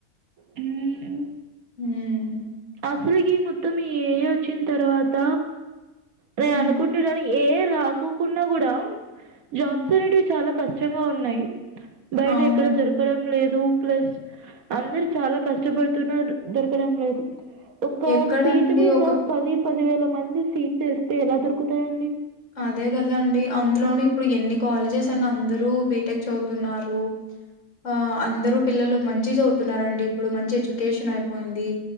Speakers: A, on the right; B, on the left.
A: హుమ్
B: హుమ్
A: అసలుకి మొత్తం ఈ ఏఐ వచ్చిన తర్వాత నే
B: హ్మ్.
A: అనుకుంటున్నాను ఏఐ రాకోకున్న కూడా జాబ్స్
B: హ్మ్.
A: అనేటివి చాలా కష్టంగా ఉన్నాయి బయట
B: అవునండి.
A: ఎక్కడ దొరకడం లేదు ప్లస్ అందరు చాలా కష్టపడుతున్న దొరకడం లేదు ఒక
B: ఎక్కడండి
A: సీటు మీద
B: ఒక
A: పది పది వేల మంది సీట్ చేస్తే ఎలా దొరుకుతాయిండి
B: అదే కదాండి అందులోన ఇప్పుడు ఎన్ని కాలేజెస్ అని అందరూ బీటెక్ చదువుతున్నారు. ఆ అందరు పిల్లలు మంచి చదువుతున్నారండి ఇప్పుడు మంచి ఎడ్యుకేషన్ అయిపోయింది.